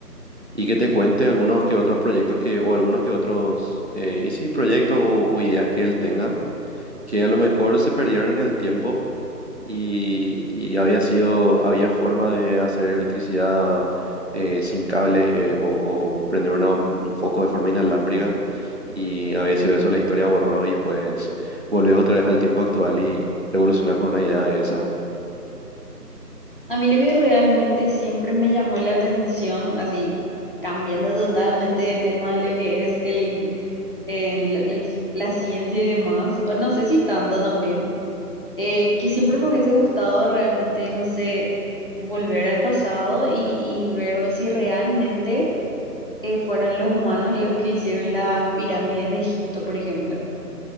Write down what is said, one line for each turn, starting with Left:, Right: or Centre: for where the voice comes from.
Right: y que te cuente algunos que otros proyectos que, o algunos que otros, eh, y sí, proyectos o, o ideas que él tenga, que a lo mejor se perdieron en el tiempo y, y había sido, había forma de hacer electricidad eh, sin cable eh, o, o prender una- un foco de forma inalámbrica. Y había sido eso, la historia borró y después volvés otra vez al tiempo actual y revolucionás con una idea de esas.
Left: A mí lo que realmente siempre me llamó la atención, así cambiando totalmente de tema de lo que es el, el- el- la ciencia y demás, o no sé si tanto también, eh, que siempre me hubiese gustado realmente, no sé, volver al pasado y, y ver si realmente eh, fueron los humanos los que hicieron las pirámides de Egipto, por ejemplo.